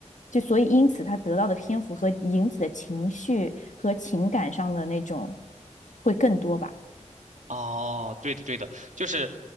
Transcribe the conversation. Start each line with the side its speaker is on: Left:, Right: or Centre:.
Left: 就所以因此他得到的篇幅和引起的情绪和情感上的那种会更多吧。
Right: 哦，对的，对的，就是